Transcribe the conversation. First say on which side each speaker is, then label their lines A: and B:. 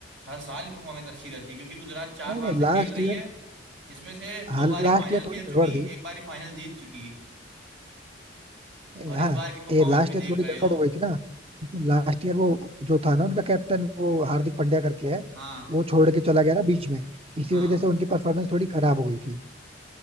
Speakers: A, on the right; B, on the right.
A: हर साल ही परफॉर्मेंस अच्छी रहती है क्योंकि गुजरात चार
B: नहीं
A: बार
B: नहीं
A: से खेल
B: लास्ट
A: रही
B: ईयर
A: है जिसमें से दो
B: हाँ
A: बार
B: लास्ट
A: ही फाइनल
B: ईयर
A: खेल
B: थोड़ी
A: चुकी
B: गड़बड़ थी
A: एक बार ही फाइनल जीत चुकी
B: ए,
A: और
B: हाँ
A: इस बार की परफॉर्मेंस
B: ये लास्ट
A: भी देख
B: ईयर थोड़ी
A: रहे
B: गड़बड़
A: हो
B: हो गई थी ना क्योंकि लास्ट ईयर वो जो था ना उनका कैप्टन वो हार्दिक पांड्या करके है
A: हाँ
B: वो छोड़ के चला गया ना बीच में इसी
A: हाँ
B: वजह से उनकी परफॉर्मेंस थोड़ी खराब हो गई थी